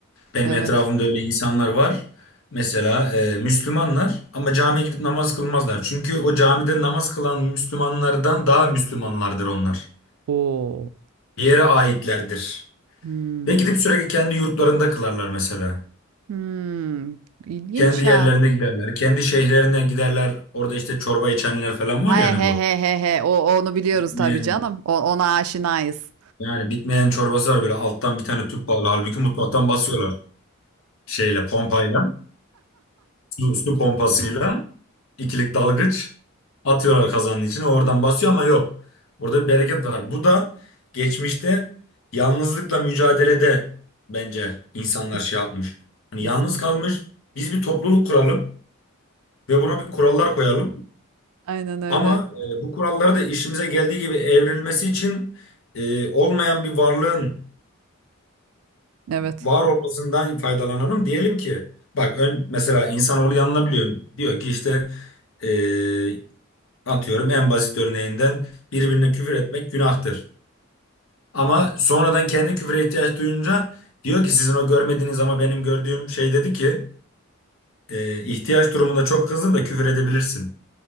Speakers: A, on the left (about 65°); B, on the right (about 80°).
A: Benim
B: Evet.
A: etrafımda öyle insanlar var. Mesela e, Müslümanlar ama camiye gidip namaz kılmazlar. Çünkü o camide namaz kılan Müslümanlardan daha Müslümanlardır onlar.
B: Oo.
A: Bir yere aitlerdir.
B: Hmm.
A: Ve gidip sürekli kendi yurtlarında kılarlar mesela.
B: Hmm. İlginç
A: Kendi yerlerine
B: ha.
A: giderler. Kendi şehirlerine giderler. Orada işte çorba içenler falan var
B: He he
A: yani bu.
B: he he he. O onu biliyoruz
A: Bitmeyen,
B: tabii canım. O, ona aşinayız.
A: yani bitmeyen çorbası var böyle alttan bir tane tüp bağlı. Halbuki mutfaktan basıyorlar şeyle pompayla. Su, su pompasıyla. İkilik dalgıç atıyorlar kazanın içine oradan basıyor ama yok. Orada bir bereket var. Bu da geçmişte yalnızlıkla mücadelede bence insanlar
B: Kes-
A: şey yapmış. Hani
B: Kesinlikle.
A: yalnız kalmış. Biz bir topluluk kuralım ve buna bir kurallar koyalım.
B: Aynen öyle.
A: Ama e, bu kuralları da işimize geldiği gibi evrilmesi için e, olmayan bir varlığın
B: Evet.
A: var olmasından faydalanalım. Diyelim ki bak ön mesela insanoğlu yanılabiliyor. Diyor ki işte e, Atıyorum en basit örneğinden birbirine küfür etmek günahtır. Ama sonradan kendi küfüre ihtiyaç duyunca diyor ki sizin o görmediğiniz ama benim gördüğüm şey dedi ki e, ihtiyaç durumunda çok kızdın da küfür edebilirsin.